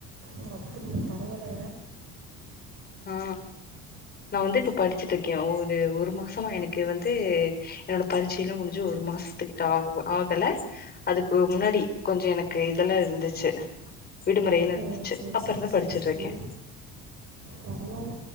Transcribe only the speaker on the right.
ஓ அப்படியா பரவாயில்ல
ஓ சரி
சரி
சரி சரி
பரவாயில்ல